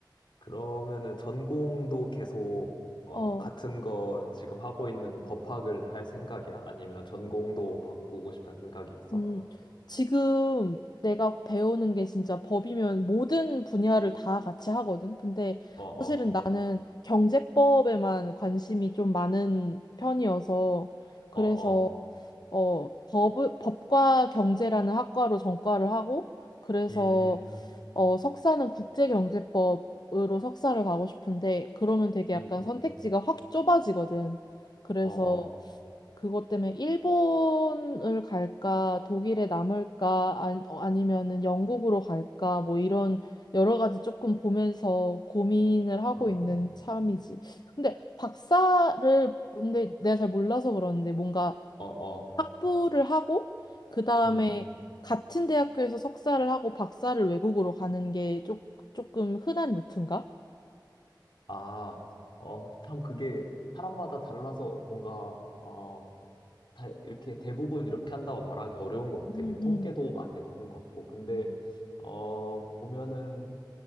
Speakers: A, on the left; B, on the left.
A: 그러면은 전공도 계속 어,
B: 어.
A: 같은 거 지금 하고 있는 법학을 할 생각이야? 아니면 전공도 바꾸고 싶은 생각이 있어?
B: 음, 지금 내가 배우는 게 진짜 법이면 모든 분야를 다 같이 하거든. 근데
A: 어, 어,
B: 사실은 나는 경제법에만 관심이 좀 많은 편이어서 그래서
A: 어, 어,
B: 어, 법, 법과 경제라는 학과로 전과를 하고 그래서
A: 음,
B: 어, 석사는 국제경제법으로 석사를 가고 싶은데 그러면 되게 약간
A: 음, 음,
B: 선택지가 확 좁아지거든. 그래서
A: 어, 어,
B: 그것 때문에 일본을 갈까, 독일에 남을까, 안- 어, 아니면은 영국으로 갈까, 뭐 이런 여러 가지 조금 보면서 고민을 하고
A: 어,
B: 있는 참이지. 근데 박사를, 근데 내가 잘 몰라서 그러는데 뭔가
A: 어, 어,
B: 학부를 하고, 그 다음에
A: 음,
B: 같은 대학교에서 석사를 하고 박사를 외국으로 가는 게 조, 조금 흔한 루트인가?
A: 아, 어, 참 그게 사람마다 달라서 뭔가, 어, 다 이렇게 대부분 이렇게 한다고 말하기 어려운 것 같아.
B: 음,
A: 이게 통계도
B: 음,
A: 많이 없는 것 같고. 근데,
B: 음,
A: 어, 보면은,